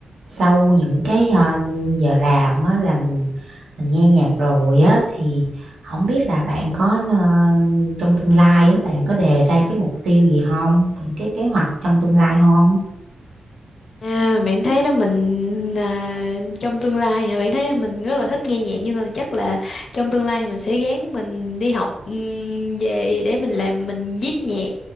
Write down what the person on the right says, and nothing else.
sau những cái ờ, giờ làm á, là mình mình nghe nhạc rồi á thì không biết là bạn có ờ, trong tương lai á bạn có đề ra cái mục tiêu gì không những cái kế hoạch trong tương lai không